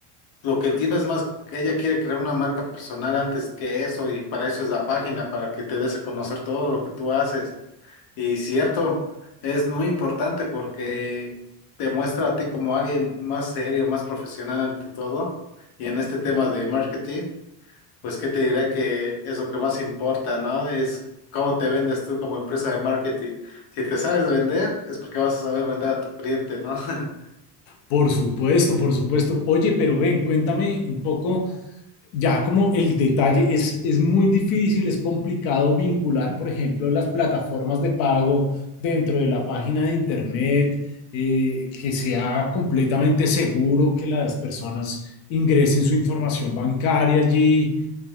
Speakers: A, on the left; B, on the left.
A: lo que entiendo es más que ella quiere crear una marca personal antes que eso y para eso es la página, para que te des a conocer todo lo que tú haces. Y cierto, es muy importante porque te muestra a ti como alguien más serio, más profesional ante todo. Y en este tema de marketing. Pues qué te diré que es lo que más importa, ¿no? Es cómo te vendes tú como empresa de marketing. Si te sabes vender, es porque vas a saber vender a tu cliente, ¿no? <laughs>
B: Por supuesto, por supuesto. Oye, pero ven, cuéntame un poco, ya como el detalle, es, es muy difícil, es complicado vincular, por ejemplo, las plataformas de pago dentro de la página de Internet, eh, que sea completamente seguro que las personas ingresen su información bancaria allí.